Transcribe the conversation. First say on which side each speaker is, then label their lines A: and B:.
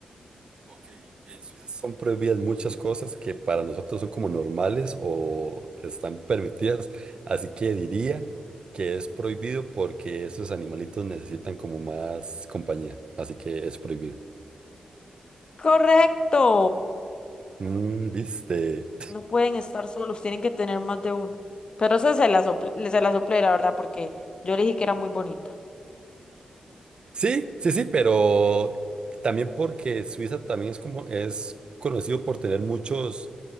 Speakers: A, on the right; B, on the left.
A: Ok, en Suiza son prohibidas muchas cosas que para nosotros son como normales o están permitidas, así que diría que es prohibido porque esos animalitos necesitan como más compañía, así que es prohibido.
B: Correcto.
A: Mm, ¿viste?
B: No pueden estar solos, tienen que tener más de uno. Pero esa se la sople- se la soplé, la verdad, porque yo le dije que era muy bonita.
A: Sí, sí, sí, pero también porque Suiza también es como es conocido por tener muchos